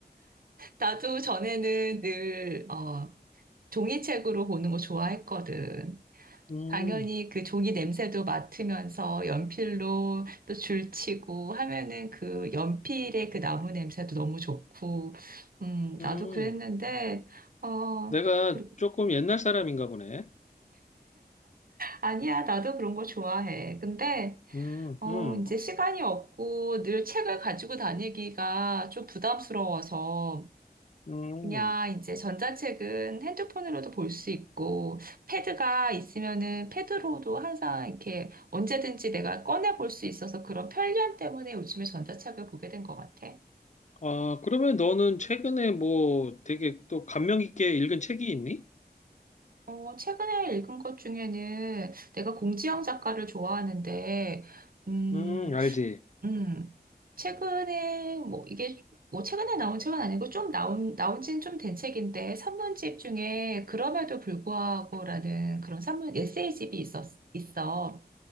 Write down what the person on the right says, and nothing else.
나도 전에는 늘 어, 종이책으로 보는 거 좋아했거든.
당연히 그 종이 냄새도 맡으면서 연필로 또 줄치고 하면은 그 연필의 그 나무 냄새도 너무 좋고, 음,
나도 그랬는데, 어,
그-
아니야, 나도 그런 거 좋아해. 근데,
어,
이제 시간이 없고 늘 책을 가지고 다니기가 좀 부담스러워서,
그냥 이제 전자책은 핸드폰으로도 볼 수 있고, 패드가 있으면은 패드로도 항상 이렇게 언제든지 내가 꺼내 볼 수 있어서 그런 편리함 때문에 요즘에 전자책을 보게 된 것 같아.
어, 최근에 읽은 것 중에는 내가 공지영 작가를 좋아하는데, 음,
음, 최근에, 뭐, 이게, 뭐, 최근에 나온 책은 아니고, 좀 나온, 나온 지는 좀 된 책인데, 산문집 중에, 그럼에도 불구하고라는 그런 산문, 에세이집이 있었, 있어.